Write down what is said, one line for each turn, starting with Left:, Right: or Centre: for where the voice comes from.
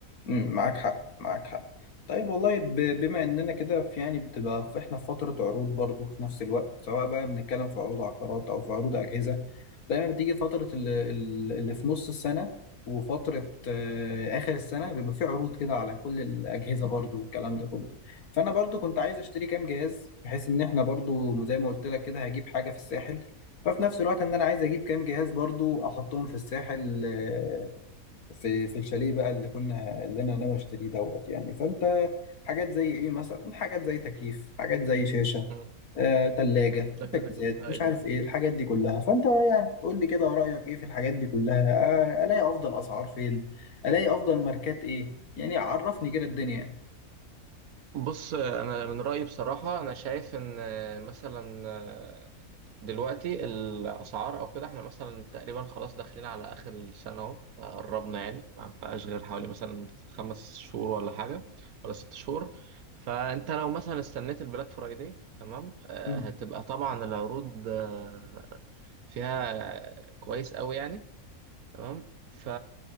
Left: أمم، معاك حق معاك حق طيب والله ب- بما اننا كده في يعني بتبقى في احنا في فتره عروض برضه في نفس الوقت سواء بقى بنتكلم في عروض عقارات او في عروض اجهزه دايما بتيجي فتره اللي, اللي في نص السنه وفتره آه، اخر السنه بيبقى في عروض كده على كل الاجهزه برضه والكلام ده كله فانا برضه كنت عايز اشتري كام جهاز بحيث ان احنا برضه زي ما قلت لك كده هجيب حاجه في الساحل ففي نفس الوقت ان انا عايز اجيب كام جهاز برضو احطهم في الساحل آه، في في الشاليه بقى اللي كنا اللي انا ناوي اشتريه دوت يعني فانت حاجات زي ايه مثلا حاجات زي تكييف حاجات زي شاشه
Right: مم.
Left: آه، تلاجة
Right: ده كده
Left: تجهيزات
Right: كده ايوه
Left: مش عارف
Right: أيوة.
Left: ايه الحاجات دي كلها فانت يعني قول لي كده رأيك ايه في الحاجات دي كلها آه، الاقي افضل اسعار فين الاقي افضل ماركات ايه يعني عرفني كده الدنيا
Right: بص انا من رايي بصراحه انا شايف ان مثلا دلوقتي الاسعار او كده احنا مثلا تقريبا خلاص داخلين على اخر السنه اهو قربنا يعني ما بقاش غير حوالي مثلا خمس شهور ولا حاجه ولا ست شهور فانت لو مثلا استنيت البلاك فرايداي تمام آه،
Left: مم.
Right: هتبقى طبعا العروض آه، فيها كويس قوي يعني تمام ف